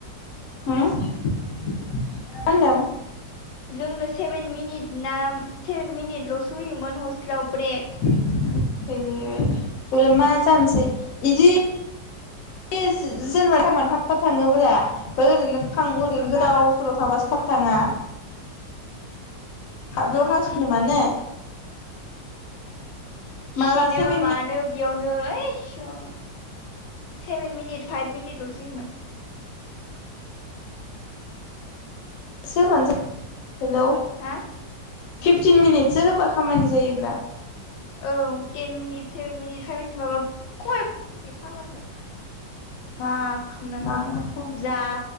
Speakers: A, on the left; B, on the left.
A: हो माहोनदों
B: जोंनो सेभेन मिनिट ना सेभेन मिनिटल'सो होयोमोन हस्टेलाव ब्रेक
A: एट बेयावलाय मा जानसै इदि बे जेनबा टाइमानो थाब थाब थाङोब्रा ओरैनो फां ओरैनो गोदाव सोराव थाबासो थाब
B: उम
A: थाङा। हाबेयाव
B: उम
A: हासुनो मानो
B: खिनो
A: माला सेभेन मिनिट
B: मानो बेयावनो ए सर सेभेन मिनिट फाइभ मिनिटल'सो होयोमोन।
A: एसे होबानो जायो हेलौ
B: हा
A: फिफटिन
B: उम
A: मिनिटसो होबा खामानि जायोब्रा।
B: औ टेन मिनिट सेभेन मिनिट फाइभे मिनिट माबा <unintelligible> फाग्लासो। मा खामनांगौ
A: मा खालामसै
B: जा